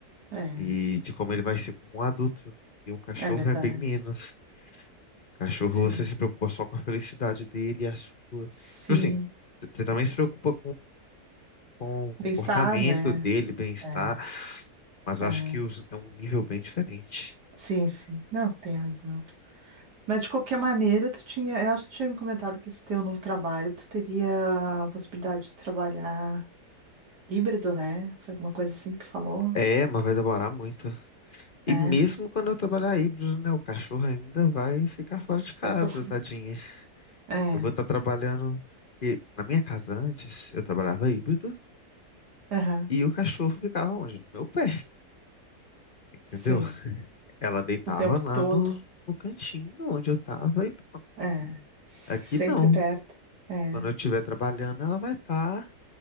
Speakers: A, on the right; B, on the left.
A: É,
B: e de como ele vai ser como um adulto. E um cachorro
A: é verdade.
B: é bem menos. Cachorro,
A: Sim.
B: você se preocupa só com a felicidade dele e a sua.
A: Sim.
B: Tipo assim, você também se preocupa com o comportamento
A: Bem-estar, né?
B: dele, bem-estar,
A: É.
B: mas eu
A: Aham.
B: acho que os- é um nível bem diferente.
A: Sim, sim. Não, tem razão. Mas de qualquer maneira, tu tinha, eu acho que tu tinha me comentado que esse teu novo trabalho, tu teria a possibilidade de trabalhar híbrido, né? Foi alguma coisa assim que tu falou?
B: É, mas vai demorar muito.
A: É,
B: E mesmo quando eu trabalhar híbrido, né, o cachorro ainda vai ficar fora de casa,
A: vai sofrer.
B: tadinha.
A: É,
B: Eu vou estar trabalhando e na minha casa antes, eu trabalhava híbrido
A: aham,
B: e o cachorro ficava onde? No meu pé, entendeu?
A: sim.
B: Ela deitava
A: O tempo
B: lá
A: todo.
B: no, no cantinho onde eu tava e pronto.
A: É, sempre
B: Aqui não.
A: perto. É,
B: Quando eu estiver trabalhando, ela vai estar